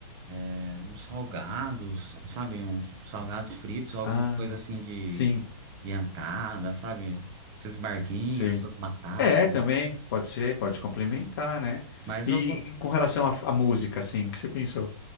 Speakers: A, on the right; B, on the left.
A: é, uns salgados, sabe? Uns salgados fritos, alguma
B: Ah,
A: coisa assim de,
B: sim,
A: de entrada, sabe? Esses barquinhos,
B: sim.
A: essas batatas.
B: É, também pode ser, pode complementar, né?
A: Mas
B: E
A: eu. go-
B: com relação à à música, assim, o que você pensou?